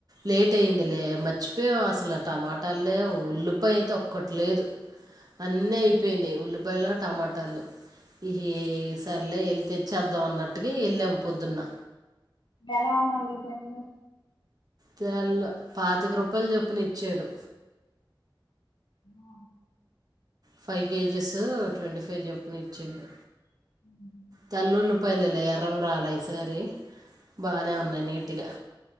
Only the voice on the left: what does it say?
ఎలా ఉన్నాయ్ ఉల్లిపాయలు
ఆ
ఉ